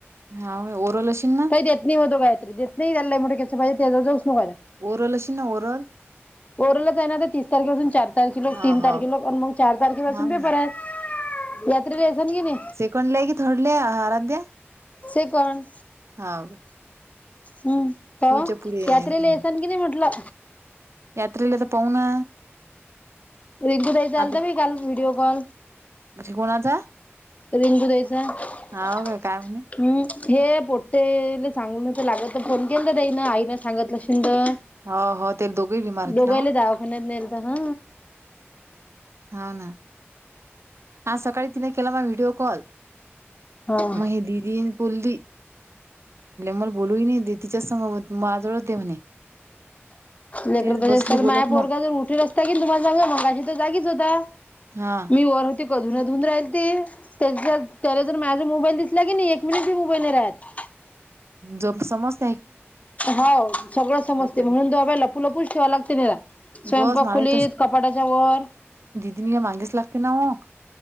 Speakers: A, on the right; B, on the left.
A: हाव ओरल अशीन ना
B: काय त्यात. नाही हो दो कायतरी देत नाही त्यालांचं पाजे त्या जाऊ नोय.
A: ओरल अशील ना ओरल.
B: ओरलच आहे ना तर तीस तारखेपासून चार तारखे पर्यंत
A: हा
B: तीन
A: हाव
B: तारखे आणि चार तारखे पासून
A: हाव
B: पेपर
A: ना
B: आहेत. यात्रेला यायचं की नाय,
A: कणले की थर्ड ला आ आराध्या.
B: सिकॉन.
A: हाव काय.
B: हम्म, काव
A: शिवच्या पुढे
B: यात्रेला
A: आहे
B: येसाल कि, नाही म्हटलं.
A: यात्रेला तर पावू ना.
B: रिकू ताईचा आलता
A: आता
B: बाई व्हिडिओ कॉल.
A: कोणाचा
B: रिंकू ताईच्या आला.
A: हाव काय काय म्हणे
B: हम्, हे पोट्टेले सांगून तर लागत तर फोन केल तर ताईन आई ना सांगतलं आशिलं तर.
A: हो हो ते दोघेही बिमार होते
B: दोघांना
A: ना
B: ही दावाखान्यात नेलंत हा,
A: हा ना, आज सकाळी तिने केला मग व्हिडिओ कॉल.
B: हा
A: महि दिदीनं बोलली. मला बोलू ही नाही देत तिच्याच सग मग आजोळात आहं म्हणे.
B: लेकर
A: तेच बसली
B: त
A: बोलत
B: माया पोरग
A: मग
B: जर उठिवर असता कि, तुम्हाला जाऊ जा मगाशी तर जागीच होता.
A: हा,
B: मी वर होते कधून अधून राहिल ती. त्याच्यात त्याला जर माझा मोबाईल दिसला की, नाही एक मिनिटी मोबाईल नाही राहत.
A: जोक समज.
B: हो, सगळं समजते
A: बापारे
B: म्हणून तो बाबा लपू लपू ठेवाव लागते नाही तेला. स्वयंपाक
A: बस मलाही
B: खुलीत कपाटाच्या वर.
A: दिनिया मागेच लागते ना हो.